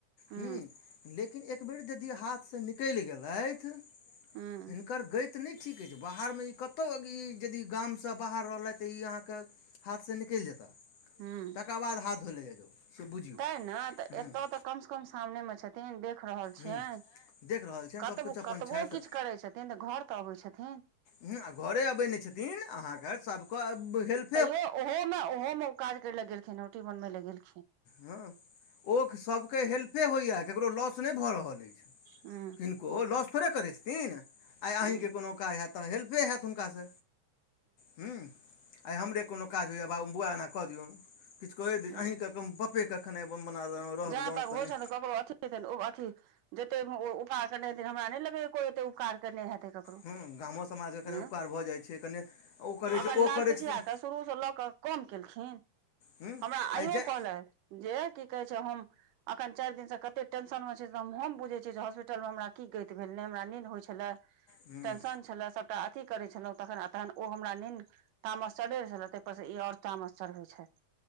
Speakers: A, on the right; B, on the left.
A: हूँ
B: हुं, लेकिन एकबेर यदि हाथसँ निकलि गेलथि
A: हूँ
B: हिनकर गैत नहि ठीक अति, बाह बाहरमे ई कतौ ई यदि गामसँ बाहर रहलैथि ई अहाँ के हाथसँ निकलि जेताह।
A: हुं
B: तकर बाद हाथ धोय लए जाय जाउ। से बुझियौ
A: ते न तऽ
B: हूँ
A: एतौ तऽ कम से कम सामने मे छथि। तेहन देख रहल छियैन,
B: हूँ देख रहल छियनि सभकिछु
A: कतबो-
B: अपन
A: कतबो
B: छथि
A: किछु करै छथिन। तै ने तऽ घर तऽ अबै छथिन।
B: हिआ घरे अबै नहि छथिन अहाँके सभको अब हेल्प
A: तैयो ओहो मे ओहो मे काज करे लऽ गेलखिन है, रोटी बनबे ल गेल
B: हँ, ओख सभके हेल्पे होइए ककरो लॉस नहि भऽ रहल अछि।
A: हू
B: को लॉस थोड़े करैत छथिन, आइ अही
A: हूँ
B: के कोनो काज हैत तऽ हेल्पे हैत हुनका से। हूँ आइ हमरे कोनो काज होइए बाबू बौआ एना कऽ दियौन, किछ कए दै, अहीँ
A: हूँ
B: बपे कखन एब हम बनाब, रहलहुं
A: जहाँ तक
B: कनै
A: होइ छनि तऽ ककरो अथ देतैन ओ अथी जते ओ उपास नहि हेते हमरा नहि लगय कोई एते उपकार केने हेते त परोछय
B: हूँ गामो समाजके कनि
A: ह
B: उपकार भऽ जाइ छै कनि ओ करै
A: अखन
B: छै ओ
A: लाल
B: करै
A: पीछिआ
B: छथिन
A: क शुरू स लऽ कऽ कोन केलखिन,
B: हूँ
A: हमरा आइयो
B: आइ जाइ
A: कहलैथि, जे की कहै छै हम अखन चाएर दिन से कते टेंशन मे छीयै से हम हम बुझय छियै जे हॉस्पिटल मे हमरा की गैत भेल नै हमरा निंद होय छले।
B: हूँ
A: टेंशन छलै सबटा अथी करै छलौ तखन आ तहन ओ हमरा निंद तामस चढ़ै छलै तै पर से ई और तामस चढ़बै छैथ।